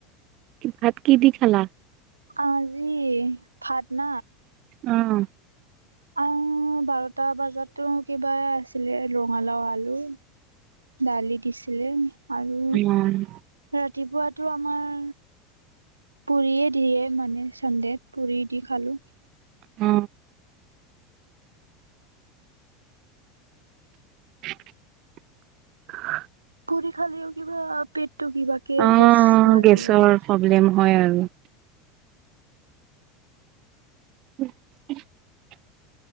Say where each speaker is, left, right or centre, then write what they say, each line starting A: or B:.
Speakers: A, on the right (about 45°); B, on the right (about 80°).
A: ভাত কি দি খালা?
B: আজি ভাত ন?
A: অ',
B: আহ বাৰটা বজাতো কিবা আছিলে ৰঙালাও আলু। দালি দিছিলে আৰু।
A: অ',
B: ৰাতিপুৱাটো আমাৰ। পুৰিয়ে দিয়ে মানে চান্দেত পুৰি দি খালোঁ।
A: অ। <inaudible>
B: পুৰি খালেও কিবা পেটটো কিবা কে
A: অ',
B: গেছ লাগে
A: গেছৰ
B: আৰু।
A: প্ৰব্লেম হয় আৰু। <inaudible>